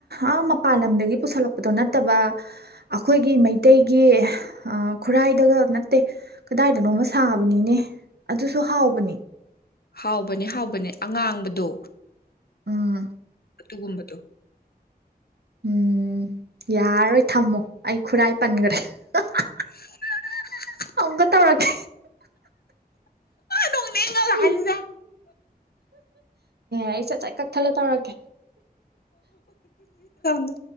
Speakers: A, on the right; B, on the left.
A: ꯑ ꯃꯄꯥꯟ ꯂꯝꯗꯒꯤ ꯄꯨꯁꯜꯂꯛꯄꯗꯣ ꯅꯠꯇꯕ ꯑꯩꯈꯣꯏꯒꯤ ꯃꯩꯇꯩꯒꯤ ꯈꯨꯔꯥꯏꯗꯒ ꯅꯠꯇꯦ ꯀꯗꯥꯏꯗꯅꯣꯃ ꯁꯥꯕꯅꯤꯅꯦ ꯑꯗꯨꯁꯨ ꯍꯥꯎꯕꯅꯤ
B: ꯍꯥꯎꯕꯅꯦ ꯍꯥꯎꯕꯅꯦ ꯑꯉꯥꯡꯕꯗꯣ
A: ꯎꯝ
B: ꯑꯗꯨꯒꯨꯝꯕꯗꯣ
A: ꯎꯝ ꯌꯥꯔꯔꯣꯏ ꯊꯝꯃꯣ ꯑꯩ ꯈꯨꯔꯥꯏ ꯄꯟꯈ꯭ꯔꯦ ꯎꯝꯍꯛ ꯍꯛ
B: <inaudible>
A: ꯒ ꯇꯧꯔꯛꯀꯦ
B: ꯅꯣꯡꯅ
A: ꯑꯦ ꯑꯩ ꯁꯠ ꯁꯠ ꯀꯛꯊꯠꯂ ꯇꯧꯔꯛꯀꯦ
B: <inaudible> <inaudible> ꯗ